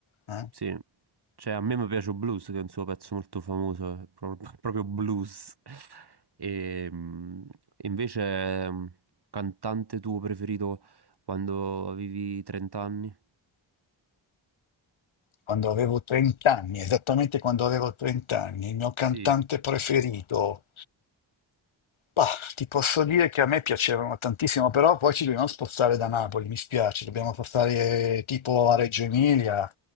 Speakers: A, on the left; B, on the right.
A: eh.
B: sì. Cioè, a me mi piace Blues, che è un suo pezzo molto famoso, è pro- <laughs> proprio blues. E mh, invece, mh, cantante tuo preferito quando avevi 30 anni?
A: quando avevo 30 anni, esattamente quando avevo 30 anni, il mio cantante
B: Sì.
A: preferito. Bah, ti posso dire che a me piacevano tantissimo, però poi ci dobbiamo spostare da Napoli, mi spiace, dobbiamo spostare eh, tipo a Reggio Emilia.